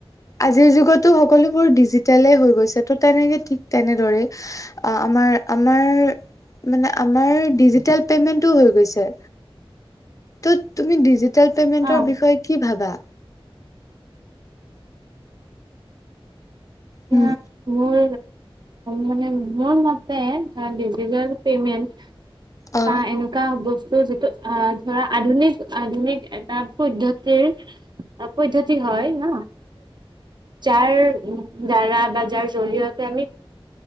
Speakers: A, on the left; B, on the right.
A: আজিৰ যুগতো সকলোবোৰ ডিজিটলে হৈ গৈছে ত' তেনেকৈ ঠিক তেনেদৰেই আমাৰ- আমাৰ মানে আমাৰ ডিজিটেল পেমেণ্টটো হৈ গৈছে। তো তুমি ডিজিটেল পেমেন্টৰ
B: অ
A: বিষয়ে কি ভাবা?
B: এয়া
A: উম
B: মোৰ মানে মোৰ মতে ডিজিটেল পেমেণ্ট
A: অ
B: তা এনেকুৱা বস্তু ট যিটো আহ ধৰা আধুনিক আধুনিক এটা পদ্ধতিৰ পদ্ধতি হয় ন যাৰ ধাৰা বা যাৰ জৰিয়তে আমি